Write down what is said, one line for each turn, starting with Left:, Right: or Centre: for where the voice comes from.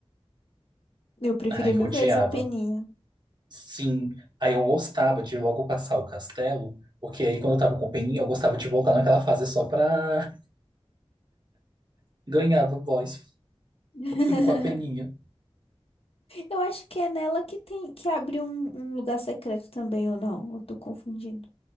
Left: Eu preferia
Right: Ai,
Left: mil
Right: eu odiava.
Left: vezes a peninha.
Right: Sim, aí eu gostava de logo passar o castelo, porque aí quando eu tava com peninha, eu gostava de voltar naquela fase só pra ganhar do boss,
Left: <laughs>
Right: indo com a peninha.
Left: Eu acho que é nela que tem que abre um, um lugar secreto também, ou não? Eu tô confundindo.